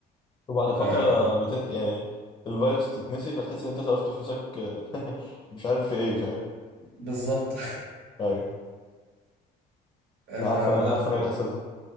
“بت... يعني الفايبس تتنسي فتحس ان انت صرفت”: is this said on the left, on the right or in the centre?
Left